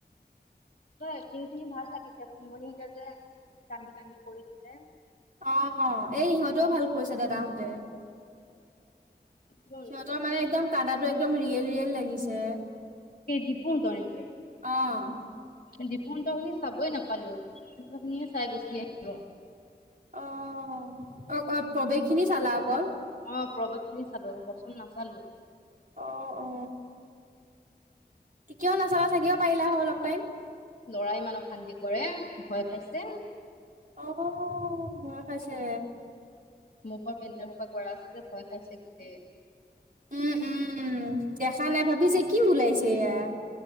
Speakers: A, on the left; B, on the right.
A: এক্টিং খিনি ভাল লাগিছে ফুোনব যে কান্দি কান্দি কৰিছিলে
B: অ এই ইহঁতেও ভাল কৰিছে দাদাহোতে
A: কোন
B: সিহঁতৰ মানে একদম কদাটো একদম ৰিয়েল ৰিয়েল লাগিছে
A: সেই দিপু ত নেক
B: অ',
A: ডপুহন্ত খিনি চাবই নাপালো খিনিহে চাই গুচি আহো
B: অ অ অ প্ৰৱেশ খিনি চালা অকল
A: অ প্ৰৱেশ খিনি চালো বচন নাচালো
B: অ অ কেয়াও নচলা থাকিব পাৰিলা হ অলপ টাইম
A: লৰাই ইমান অশান্তি কৰে ভয় খাইছে
B: আহ বয় আছে
A: মুখৰ পেণ্টাৰ সোপা কৰা আছে যে ভয় খাইছে গোটেই
B: উম উম উম দেখা নাই ভাবিছে কি ওলাইছে এয়া